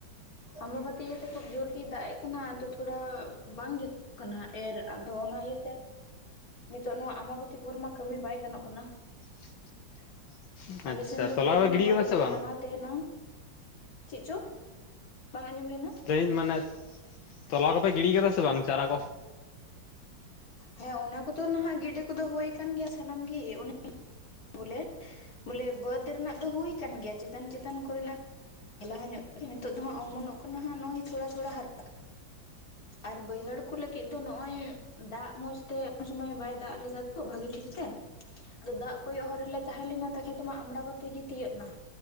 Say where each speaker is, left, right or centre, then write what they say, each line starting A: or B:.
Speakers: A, on the left; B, on the left.
A: ᱟᱢᱵᱟᱵᱚᱛᱤ ᱤᱭᱟᱹᱛᱮ ᱠᱷᱩᱵ ᱡᱳᱨ ᱜᱮᱭ ᱫᱟᱜ ᱮᱜ ᱠᱟᱱᱟ ᱟᱫᱚ ᱛᱷᱚᱲᱟ ᱵᱟᱝ ᱡᱩᱛ ᱠᱟᱱᱟ ᱮᱨ ᱟᱫᱚ ᱚᱱᱟ ᱤᱭᱟᱹᱛᱮ ᱱᱤᱛᱚᱜ ᱱᱚᱣᱟ ᱟᱢᱵᱟᱵᱚᱛᱤ ᱵᱷᱳᱨ ᱢᱟ ᱠᱟᱹᱢᱤ ᱵᱟᱭ ᱜᱟᱱᱚᱜ ᱠᱟᱱᱟ
B: <inaudible>
A: ᱟᱞᱮᱥᱮᱱ
B: ᱟᱪᱪᱷᱟ
A: ᱫᱚ
B: ᱛᱚᱞᱟ
A: ᱯᱮ
B: ᱠᱚᱯᱮ
A: ᱫᱤᱱ
B: ᱜᱤᱰᱤ
A: ᱟᱢᱵᱟᱵᱚᱛᱤ
B: ᱠᱟᱫᱟ ᱥᱮ
A: ᱞᱮ
B: ᱵᱟᱝ
A: ᱢᱟᱱᱟᱣ ᱛᱟᱦᱮᱱᱟ ᱪᱮᱫ ᱪᱚ ᱵᱟᱝ ᱟᱸᱡᱚᱢ ᱞᱮᱱᱟ?
B: ᱛᱮᱦᱮᱧ ᱢᱟᱱᱮ ᱛᱚᱞᱟ ᱠᱚᱯᱮ ᱜᱤᱰᱤ ᱠᱟᱫᱟ ᱥᱮ ᱵᱟᱝ ᱪᱟᱨᱟ ᱠᱚ?
A: ᱦᱮᱸ ᱚᱱᱟ ᱠᱚᱫᱚ ᱱᱟᱦᱟᱜ ᱜᱤᱰᱤ ᱠᱚᱫᱚ ᱦᱩᱭ ᱠᱟᱱ ᱜᱮᱭᱟ ᱥᱟᱱᱟᱢ ᱜᱤ ᱚᱱᱮ ᱵᱚᱞᱮ ᱵᱚᱞᱮ ᱵᱟᱹᱫᱽ ᱨᱮᱱᱟᱜ ᱫᱚ ᱦᱩᱭ ᱠᱟᱱ ᱜᱮᱭᱟ ᱪᱮᱛᱟᱱ ᱪᱮᱛᱟᱱ ᱠᱚᱨᱮᱱᱟᱜ ᱞᱟᱦᱟ ᱧᱚᱜ ᱛᱮᱜᱮ ᱱᱤᱛᱚᱜ ᱫᱚ ᱦᱟᱸᱜ ᱚᱢᱚᱱᱚᱜ ᱠᱟᱱᱟ ᱦᱟᱸᱜ ᱱᱚᱜᱼᱚᱭ ᱛᱷᱚᱲᱟ ᱛᱷᱚᱲᱟ ᱦᱟᱨᱟ ᱟᱨ ᱵᱟᱹᱭᱦᱟᱹᱲ ᱠᱚ ᱞᱟᱹᱜᱤᱫ ᱫᱚ ᱱᱚᱜᱼᱚᱭ ᱫᱟᱜ ᱢᱚᱸᱡᱽᱛᱮ ᱩᱱᱥᱳᱢᱚᱭ ᱵᱟᱭ ᱫᱟᱜ ᱞᱮᱫᱟ ᱛᱚ ᱵᱷᱟᱜᱤ ᱴᱷᱤᱠ ᱛᱮ ᱟᱫᱚ ᱫᱟᱜ ᱠᱚᱭᱚᱜ ᱦᱚᱨ ᱨᱮᱞᱮ ᱛᱟᱦᱮᱸ ᱞᱮᱱᱟ ᱛᱟᱠᱷᱮ ᱫᱚ ᱢᱟ ᱟᱢᱲᱟᱵᱟᱹᱛᱤ ᱜᱮ ᱛᱤᱭᱟᱹᱜ ᱮᱱᱟ